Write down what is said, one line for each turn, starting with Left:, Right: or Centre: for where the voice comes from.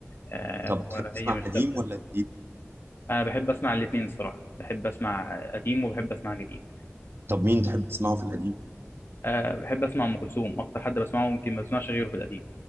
Left: آه،
Right: طب
Left: هو
Right: بتحب تسمع
Left: هي مش
Right: قديم
Left: ثابته
Right: ولا جديد
Left: انا بحب اسمع الاثنين الصراحه بحب اسمع قديم وبحب اسمع جديد
Right: طب مين تحب تسمعه في القديم
Left: آه، بحب اسمع ام كلثوم اكتر حد بسمعه ممكن ما بسمعش غيره في القديم